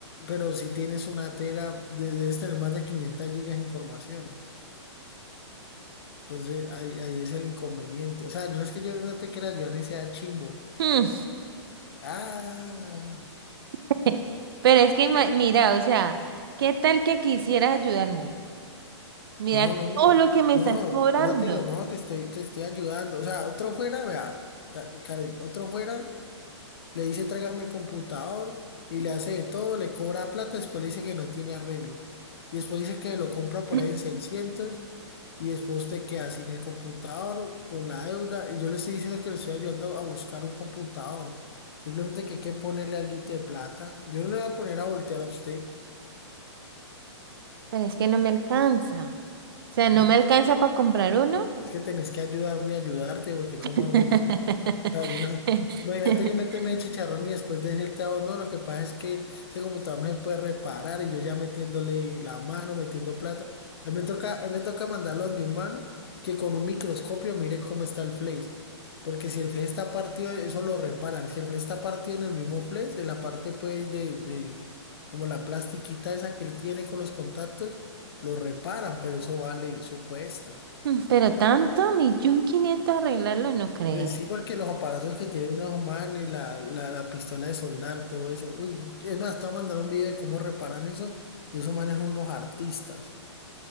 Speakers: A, on the left; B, on the right.
A: Pero si tienes una tera, de- debes tener más de 500 gigas de información. Entonces, ahí, ahí es el inconveniente. O sea, no es que yo no te quiera ayudar ni sea chimbo.
B: Hmm.
A: Ah.
B: <laughs> Pero es que, ima- mira, o sea, ¿qué tal que quisieras ayudarme? Mira
A: No, no,
B: todo lo que me
A: no,
B: estás cobrando.
A: por eso te digo, no, te estoy, te estoy ayudando. O sea, otro fuera, vea, Ka- Karen, otro fuera, le dice tráigame el computador y le hace de todo, le cobra plata, después le dice que no tiene arreglo. Y después dice que lo compra por
B: <clears throat>
A: ahí en 600 y después te queda sin el computador, con la deuda. Y yo le estoy diciendo que le estoy ayudando a buscar un computador. Simplemente que hay que ponerle alguito de plata. Yo no le voy a poner a voltear a usted.
B: Pero es que no me alcanza. O sea,
A: Mm,
B: no me alcanza para comprar uno.
A: Es que tenés que ayudarme a ayudarte, porque ¿cómo
B: <laughs>
A: hago yo? Claro, yo no- Imagínate yo meterme de chicharrón y después decirte a vos, no, lo que pasa es que ese computador no se puede reparar y yo ya metiéndole la mano, metiendo plata. A mí me toca, a mí me toca mandarlo donde un man que con un microscopio mire cómo está el flash. Porque si el flash está partido, eso lo reparan. Si el flash está partido en el mismo flash, en la parte pues de, del- como la plastiquita esa que él tiene con los contactos, lo reparan, pero eso vale, eso cuesta.
B: Mm, Pero tanto, millón quinientos arreglarlo, no creo.
A: Eh, Sí, porque los aparatos que tienen los humanos, la, la, la pistola de soldar, todo eso. Uy, es más, te voy a mandar un video de cómo reparan eso. Y esos manes son unos artistas.